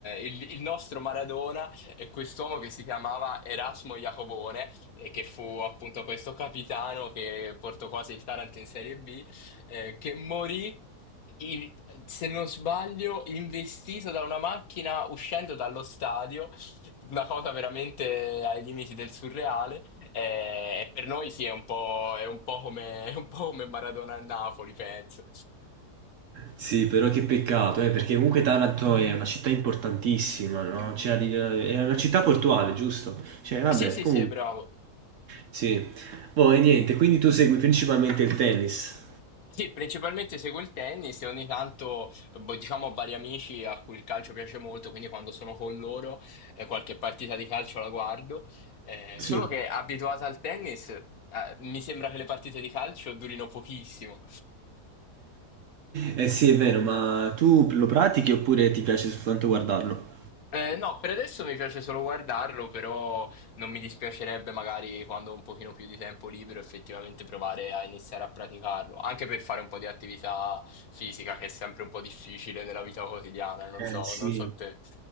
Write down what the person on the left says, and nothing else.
il, il nostro Maradona e quest'uomo che si chiamava Erasmo Iacobone e che fu appunto questo capitano che portò quasi il Taranto in Serie B, eh, che morì i- se non sbaglio, investito da una macchina uscendo dallo stadio, una cosa veramente ai limiti del surreale. eh, E, per noi sì, è un po', è un po' come, <laughs> è un po' come Maradona a Napoli, penso.
Sì, sì,
sì, è bravo.
Sì, principalmente seguo il tennis e ogni tanto, eh, boh, diciamo, ho vari amici a cui il calcio piace molto, quindi quando sono con loro, eh, qualche partita di calcio la guardo. Eh,
solo che abituata al tennis, eh, mi sembra che le partite di calcio durino pochissimo.
Eh, no, per adesso mi piace solo guardarlo, però non mi dispiacerebbe magari quando ho un pochino più di tempo libero effettivamente provare a iniziare a praticarlo, anche per fare un po' di attività fisica che è sempre un po' difficile nella vita quotidiana, non
so,
non so te.